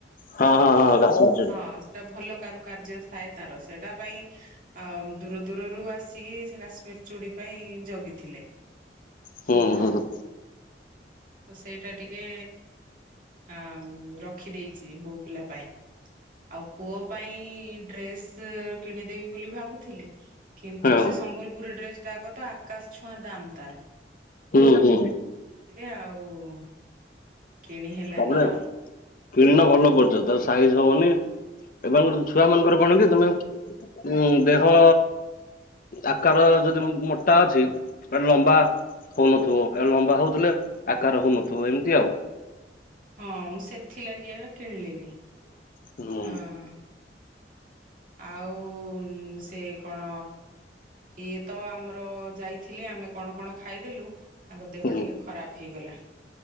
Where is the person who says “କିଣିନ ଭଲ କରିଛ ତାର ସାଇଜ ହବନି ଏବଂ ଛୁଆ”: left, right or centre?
Left